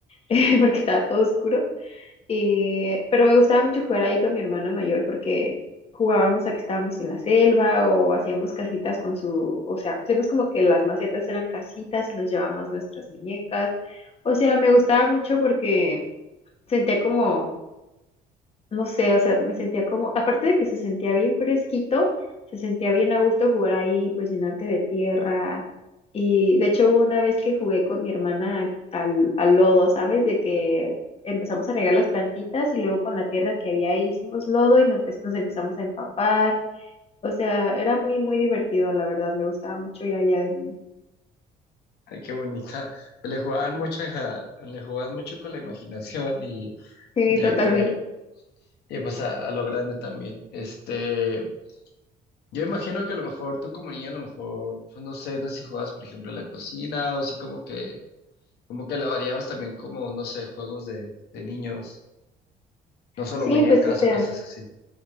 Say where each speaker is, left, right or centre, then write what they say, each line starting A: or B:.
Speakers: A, on the left; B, on the left.
A: <laughs> porque estaba todo oscuro. Eh, pero me gustaba mucho jugar ahí con mi hermana mayor porque jugábamos a que estábamos en la selva o hacíamos casitas con su, o sea, hacemos como que las macetas eran casitas y nos llevábamos nuestras muñecas. O sea, me gustaba mucho porque sentía como no sé, o sea, me sentía como, aparte de que se sentía bien fresquito, se sentía bien a gusto jugar ahí, pues llenarte de tierra. Y de hecho hubo una vez que jugué con mi hermana al, al lodo, ¿sabes? De que empezamos a regar las plantitas y luego con la tierra que había ahí hicimos lodo y nos, empe- nos empezamos a empapar. O sea, era muy, muy divertido, la verdad. Me gustaba mucho ir allá de niña.
B: Ay, qué bonita. Pues le jugaban mucho, a- le jugaban mucho con la imaginación y
A: Sí,
B: ya
A: totalmente.
B: que, y pues a, a lo grande también. Este, yo imagino que a lo mejor tú como niña, a lo mejor, pues no sé, no sé si jugabas, por ejemplo, a la cocina o si como que, como que la variabas también como, no sé, juegos de, de niños, no solo
A: Sí,
B: muñecas
A: pues o sea,
B: o cosas así.